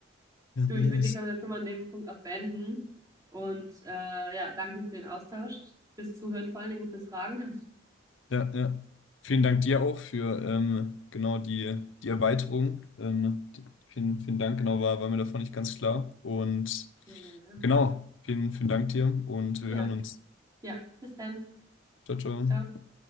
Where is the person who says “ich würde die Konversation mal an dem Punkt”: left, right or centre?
Right